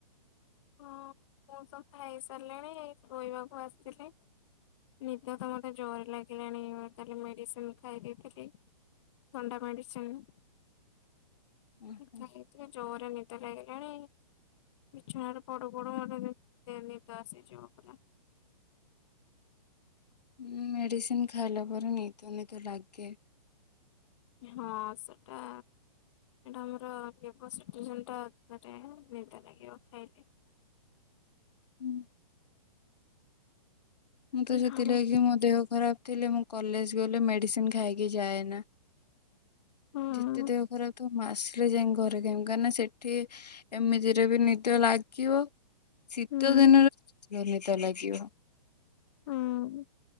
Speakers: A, on the left (about 45°); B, on the left (about 85°).
A: ହଁ ମୁଁ ତ ଖାଇ ସାରିଲିଣି ଏଇ ସୋଇବାକୁ ଆସିଥିଲି। ନିଦ ତ ମତେ ଜୋରେ ଲାଗିଲାଣି କାଲି ମେଡ଼ିସିନ୍ ଖାଇ ଦେଇଥିଲି ଥଣ୍ଡା ମେଡ଼ିସିନ୍।
B: ଓହୋ
A: <unintelligible> ଜୋରେ ନିଦ ଲାଗିଲାଣି ବିଛଣା ରେ ପଡୁ ପଡୁ ମତେ ନି ନିଦ ଆସିଯିବ ପୁରା।
B: ହୁଁ ମେଡ଼ିସିନ୍ ଖାଇଲା ପରେ ନିଦ ନିଦ ଲାଗେ।
A: ହଁ ସେଟା ଟା ଆମର ଲିଭୋସେଟ୍ରିଜିନ୍ ଟା <inaudible> ନିଦ ଲାଗିବ ଖାଇଲେ।
B: ହୁଁ। ମୁଁ ତ ସେଥିଲାଗି
A: ହଁ
B: ମୋ ଦେହ ଖରାପ୍ ଥିଲେ ମୁଁ କଲେଜ୍ ଗଲେ ମେଡ଼ିସିନ୍ ଖାଇକି ଯାଏନା।
A: ହଁ
B: ଯେତେ ଦେହ ଖରାପ ଥାଉ ମୁଁ ଆସିଲେ ଜାଇକି ଘରେ ଖାଇବି କାହିଁକି ନା ସେଠି ଏମିତିରେ ବି ନିଦ ଲାଗିବ ଶୀତ
A: ହୁଁ
B: ଦିନରେ ନିଦ ଲାଗିବ।
A: ହଁ।